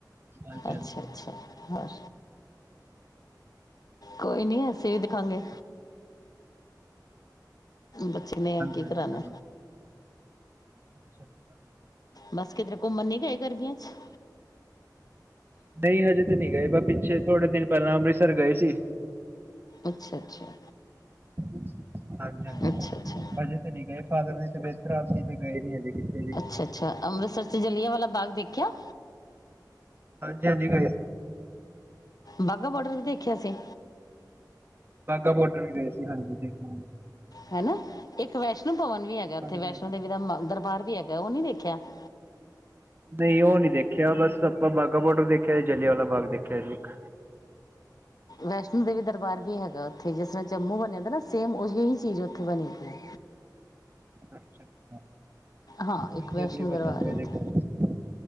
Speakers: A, on the right (about 30°); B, on the left (about 55°).
A: ਹਾਂਜੀ
B: ਅੱਛਾ-
A: ਹਾਂਜੀ
B: ਅੱਛਾ ਹੋਰ ਕੋਈ ਨੀ ਅਸੀਂ ਵੀ ਦਿਖਾਂਗੇ। ਬੱਚੇ ਨੇ ਕੀ
A: ਹਾਂਜੀ
B: ਕਰਾਣਾ
A: ਜ਼ਰੂਰ ਅੱਛਾ- ਅੱਛਾ।
B: ਬਸ ਕਿਧਰ ਘੁੰਮਣ ਨੀ ਗਏ ਗਰਮੀਆਂ ਚ
A: ਨਹੀਂ ਹਜੇ ਤਾਂ ਨਹੀਂ ਗਏ ਬਾ ਪਿੱਛੇ ਥੋੜੇ ਦਿਨ ਪਹਿਲਾਂ ਅੰਮ੍ਰਿਤਸਰ ਗਏ ਸੀ।
B: ਅੱਛਾ -ਅੱਛਾ।
A: ਹਾਂਜੀ -ਹਾਂਜੀ
B: ਅੱਛਾ ਅੱਛਾ
A: ਹਜੇ ਤੇ ਨਹੀਂ ਗਏ, ਫਾਦਰ ਦੀ ਤਬੀਅਤ ਅਸੀ ਤੇ ਗਏ ਨੀ ਹਜੇ। ਕਿਤੇ ਵੀ
B: ਅੱਛਾ -ਅੱਛਾ ਅੰਮ੍ਰਿਤਸਰ ਚ ਜਲ੍ਹਿਆਂ ਵਾਲਾ ਬਾਗ ਦੇਖਿਆ।
A: ਹਾਂਜੀ -ਹਾਂਜੀ ਮੈਂ ਦੇਖਿਆ।
B: ਬਾਘਾ ਬਾਰਡਰ ਵੀ ਦੇਖਿਆ ਸੀ।
A: ਬਾਗਾ ਬੋਡਰ ਵੀ ਗਏ ਸੀ ਹਾਂਜੀ ਦੇਖ <inaudible>
B: ਹਨਾ <inaudible> ਇੱਕ ਵੈਸ਼ਨੋ ਭਵਨ ਵੀ ਹੈਗਾ ਉੱਥੇ
A: ਹਾਂਜੀ
B: ਵੈਸ਼ਨੋ
A: ਹਾਂਜੀ
B: ਦੇਵੀ ਦਾ ਦਰਬਾਰ ਵੀ ਹੇਗਾ ਉਹ ਨਹੀਂ ਵੇਖਿਆ <inaudible>
A: ਨਹੀਂ ਉਹ ਨੀ ਦੇਖਿਆ ਬਸ ਆਪਾਂ ਬਾਘਾ ਬੋਡਰ ਦੇਖਿਆ ਜਲਿਆਂਵਾਲਾ ਬਾਗ ਦੇਖਿਆ ਜੀ ਇੱਕ
B: ਵੈਸ਼ਨੋ ਦੇਵੀ ਦਰਬਾਰ ਵੀ ਹੈਗਾ ਉੱਥੇ ਜਿਸ ਤਰਾਂ ਜੰਮੂ ਬਣਿਆ ਦਾ ਨਾ ਸੇਮ ਉਹੀ ਹੀ ਚੀਜ਼ ਉੱਥੇ ਬਣੀ ਦੀ ਏ।
A: ਅੱਛਾ ਅੱਛਾ
B: ਹਾਂ
A: ਕੋਈ
B: ਇੱਕ
A: ਨਹੀਂ
B: ਵੈਸ਼ਨੋ
A: ਅਗਲੀ ਵਾਰ
B: ਦਰਬਾਰ
A: ਜਾਵਾਂਗੇ
B: ਉੱਥੇ
A: ਦੇਖਾਂਗੇ